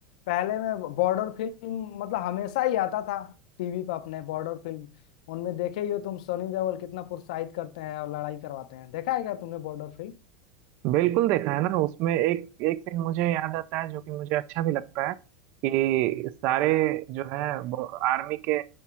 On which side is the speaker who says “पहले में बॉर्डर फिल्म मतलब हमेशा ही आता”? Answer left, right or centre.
Left